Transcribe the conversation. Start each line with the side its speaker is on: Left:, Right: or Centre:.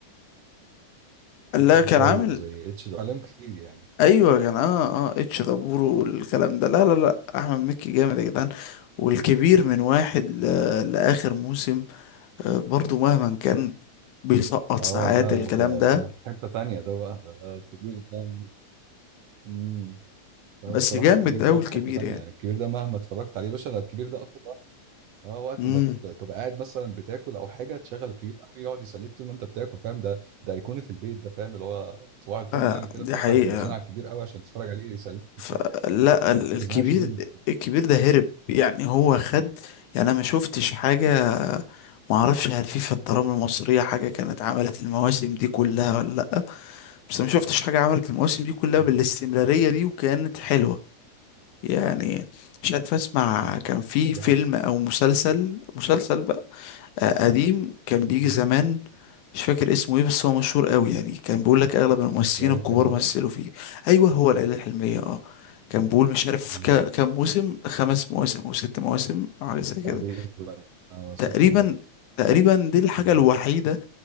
Left: لا
Right: انت
Left: كان
Right: وزي
Left: عامل
Right: اتش ده عليهم كتير يعني
Left: أيوة كان اه اه اتش دبور والكلام ده لا لا لا أحمد مكي جامد يا جدعان والكبير من واحد ل... لآخر موسم آه، برضو مهما كان بيسقط
Right: اه
Left: ساعات
Right: لا لا،
Left: الكلام
Right: ده
Left: ده
Right: ده في حتة تانية ده بقى ده ده الكبير ده مم. ده
Left: بس
Right: بصراحة
Left: جامد
Right: الكبير
Left: أوي
Right: ده في
Left: الكبير
Right: حتة تانية
Left: يعني
Right: يعني الكبير ده مهما اتفرجت عليه يا باشا ده الكبير ده اصلا وقت- اه وقت
Left: امم
Right: ما ت- تبقى قاعد مثلا بتاكل او حاجة تشغل الكبير قوي يقعد يسليك طول ما انت بتاكل فاهم ده ده ايقونة البيت ده فاهم اللي هو صباح الفل
Left: آه
Right: يعني كده
Left: دي
Right: بتفتح
Left: حقيقة
Right: التلفزيون على الكبير قوي عشان تتفرج عليه يسليك
Left: فلا
Right: ما
Left: ال- الكبير
Right: تزهقش منه
Left: الكبير ده هرب يعني هو خد يعني انا ما شفتش حاجة ما اعرفش هل في في الدراما المصرية حاجة كانت عملت المواسم دي كلها ولا لا بس ما شفتش حاجة عملت المواسم دي كلها
Right: مم.
Left: بالاستمرارية دي وكانت حلوة يعني مش عارف اسمع
Right: اه
Left: كان في
Right: دي
Left: فيلم
Right: حقيقة
Left: او مسلسل مسلسل بقى آه، قديم كان بيجي
Right: مم.
Left: زمان مش فاكر اسمه ايه بس هو مشهور قوي يعني كان بيقول لك اغلب الممثلين
Right: ليالي
Left: الكبار
Right: الحلمية
Left: مثلوا فيه ايوه هو العيله الحلميه اه كان بيقول مش عارف
Right: مم.
Left: كا- كام موسم خمس مواسم او ست مواسم او حاجه زي كده
Right: تقريبا آه، ست
Left: تقريبا
Right: مواسم
Left: تقريبا دي الحاجه
Right: مم.
Left: الوحيده